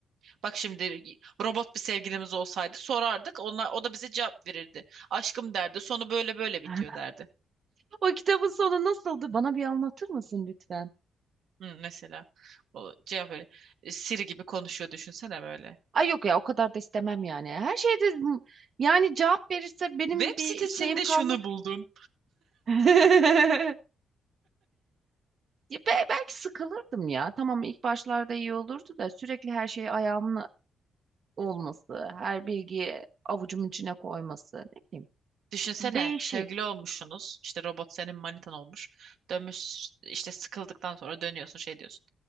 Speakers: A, on the right (about 70°); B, on the right (about 50°).
A: Bak şimdi robot bir sevgilimiz olsaydı sorardık. Onlar, o da bize cevap verirdi. Aşkım derdi. Sonu böyle böyle bitiyor
B: <laughs>
A: derdi.
B: O kitabın sonu nasıldı? Bana bir anlatır mısın lütfen?
A: Hı, mesela o cevap böyle. e, Siri gibi konuşuyor düşünsene böyle.
B: Ay yok ya o kadar da istemem yani. Her şeyde yani cevap verirse benim
A: Web
B: bir
A: sitesinde
B: şeyim kalmaz.
A: şunu buldum.
B: <laughs> Ya be- belki sıkılırdım ya. Tamam ilk başlarda iyi olurdu da sürekli her şey ayağımın olması, her bilgiyi avucumun içine koyması. Ne bileyim.
A: Düşünsene
B: Değişik.
A: sevgili olmuşsunuz. İşte robot senin manitan olmuş. Dönmüş işte sıkıldıktan sonra dönüyorsun şey diyorsun.